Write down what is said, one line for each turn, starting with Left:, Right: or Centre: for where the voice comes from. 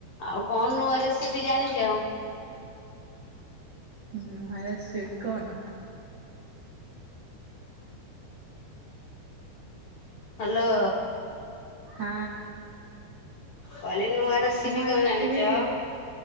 Left: ଆଉ କଣ ନୂଆ ରେସିପି ଜାଣିଚ?
Right: ହୁଁ ଆ ସେ କଣ?
Left: ହ୍ୟାଲୋ।
Right: ହଁ।
Left: କହିଲି ନୂଆ ରେ ସିପି
Right: ନୂଆ
Left: କଣ
Right: ରେସିପି
Left: ଜାଣିଚ?